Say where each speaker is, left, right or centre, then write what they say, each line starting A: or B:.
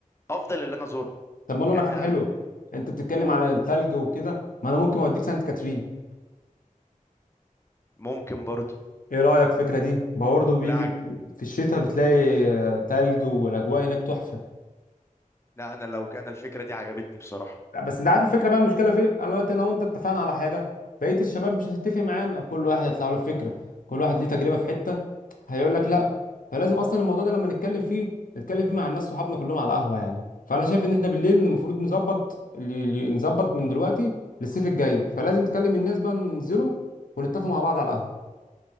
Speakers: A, on the left; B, on the left.
A: افضل اللي انا ازورها
B: طب ما انا
A: يعني
B: اقول لك حاجه
A: انا
B: حلوه انت بتتكلم
A: قول
B: على الثلج وكده ما انا ممكن اوديك سانت كاترين
A: ممكن برضو
B: ايه رايك في الفكره دي برضه بيجي
A: لا عج...
B: في الشتاء بتلاقي آه، تلج والاجواء هناك تحفه
A: لا انا لو كان الفكرة دي عجبتني بصراحة
B: لا، بس انت عارف الفكره بقى المشكله في إيه؟ انا دلوقتي لو انت اتفقنا على حاجه بقيه الشباب مش هتتفق معانا كل واحد هيطلع له فكره كل واحد ليه تجربه في حته هيقول لك لا فلازم اصلا الموضوع ده لما نتكلم فيه نتكلم فيه مع الناس صحابنا كلهم على القهوه يعني فانا شايف ان احنا بالليل المفروض نظبط ل- ل- نظبط من دلوقتي للصيف الجاي فلازم تكلم الناس بقى ننزلوا ونتفقوا مع بعض على القهوه